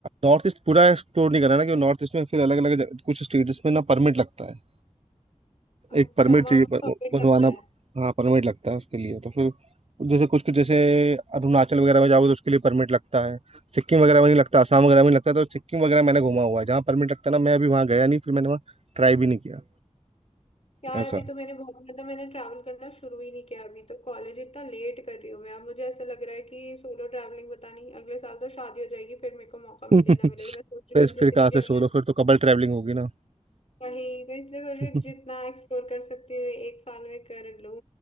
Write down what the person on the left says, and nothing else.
अच्छा
वहाँ
तो
परफेक्ट
लगता है
यार
अभी तो मैंने बहुत मतलब मैंने ट्रैवल करना शुरू ही नहीं किया अभी तो कॉलेज इतना लेट कर रही हूँ मैं अब मुझे ऐसा लग रहा है कि सोलो ट्रैवलिंग पता नहीं अगले साल तो शादी हो जाएगी फिर मेरे को मौका
मिले ना मिले तो मैं
सोच रही हूँ जितनी
जगह
वही तो इसलिए सोच रही
हूँ जितना एक्सप्लोर कर सकती हूँ एक साल में कर लूँ